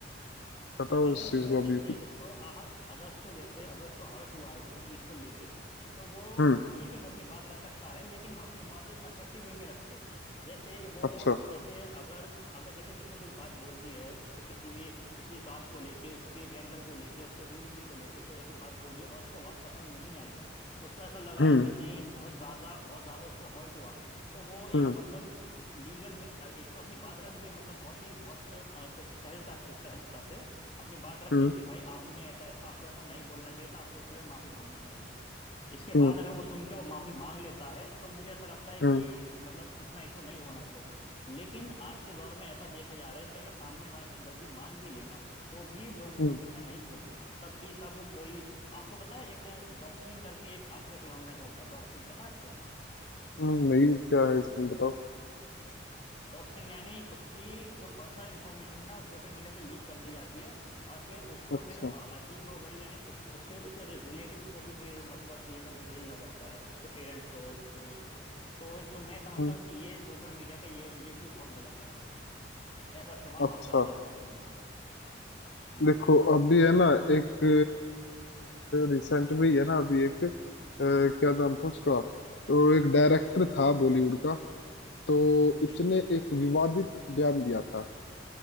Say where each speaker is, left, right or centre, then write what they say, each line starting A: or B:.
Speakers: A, on the left; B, on the left.
A: हम्म।
B: बताओ
A: पर अगर
B: इस
A: उसको
B: चीज को
A: जैसे
B: अभी कुछ
A: उसको आहत अगर उसको जैसे अगर उसको हर्ट हुआ है किसी चीज को लेके तो वो
B: हम्म
A: ठीक है वो अपनी बात रख सकता है लेकिन वो अपनी बात एक कंस्ट्रक्टिव वे में रखे जैसे वो
B: अच्छा
A: जैसे अगर अगर जैसे किसी ने कोई बात बोल दी है उसके किसी भी उसी कास्ट को लेके उसके जेंडर को लेके उसके रिलीजन को लेके कोई ऐसी बात बोल दी है और उसको बहुत पसंद नहीं आई है उसको ऐसा लग रहा
B: हम्म
A: है कि नहीं बहुत ज्यादा बहुत ज्यादा उसको हर्ट हुआ है तो वो एक
B: हम्म
A: मतलब लीगल में अ, एक तो अपनी बात रख दे मतलब बहुत ही बहुत अ, स- स- सहजता से सहजता से अपनी बात रखे
B: हम्म
A: कि भाई आपने ऐसा आपको ऐसा नहीं बोलना चाहिए था आपको इसके लिए माफी मांगनी चाहिए इसके बाद
B: हम्म
A: अगर वो सुन के वो माफी मांग लेता है तो मुझे ऐसा लगता है कि
B: हम्म
A: मतलब इतना इशू नहीं होना चाहिए लेकिन आज के दौर में ऐसा देखा जा रहा है कि अगर सामने वाला अपनी गलती मान भी लेना तो भी लोग उसका
B: हम्म
A: पीछा नहीं छोड़ते हैं तब भी सब कोई आपको पता है एक डॉक्सिंग करके एक आजकल फिनोमिना चलता है डॉक्सिंग पता है आपको
B: हम्म, नहीं क्या है इसमें बताओ
A: डॉक्सिंग यानी उसकी जो पर्सनल इंफॉर्मेशन ना सोशल मीडिया पे लीक कर दी जाती है और फिर उसको
B: अच्छा
A: फिर अ, अजीब और गरीब यानी उस, उसके उसके रिलेटिव्स को भी फिर मतलब ये सब झेलना पड़ता है उसके पेरेंट्स को उसके उसको तो तो मैं समझता
B: हम्म
A: हूँ कि ये सोशल मीडिया का ये ये चीज़ बहुत गलत है ऐसा इस्तेमाल
B: अच्छा
A: बहुत गलत है सोशल मीडिया का हम्म
B: देखो अभी है ना एक रिसेंट में ही है ना अभी एक अ, क्या नाम
A: हम्म
B: था उसका तो एक डायरेक्टर था बॉलीवुड का तो
A: हम्म
B: उसने एक विवादित बयान दिया था